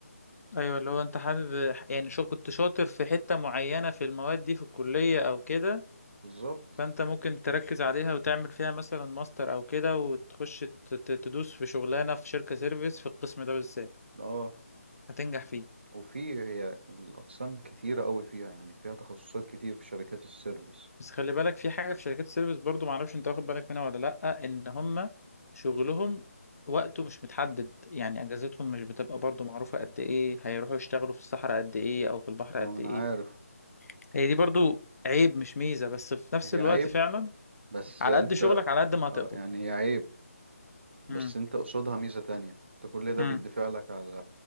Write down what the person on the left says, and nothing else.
ايوه اللي هو انت حابب يعني شو كنت شاطر في حتة معينة في المواد دي في الكلية او كده
فانت ممكن تركز عليها وتعمل فيها مثلا ماستر او كده وتخش ت- ت- تدوس في شغلانة في شركة سيرفيس في القسم ده بالذات
هتنجح فيه
بس خلي بالك في حاجة في شركات السيرفيس برضو معرفش انت واخد بالك منها ولا لأ ان هم شغلهم وقته مش متحدد يعني اجازتهم مش بتبقى برضو معروفة قد ايه هيروحوا يشتغلوا في الصحراء قد ايه او في البحر
قد
ايه
هي دي برضو عيب مش ميزة بس في نفس
الوقت
فعلا
على
قد شغلك على قد ما هتقبض
امم
امم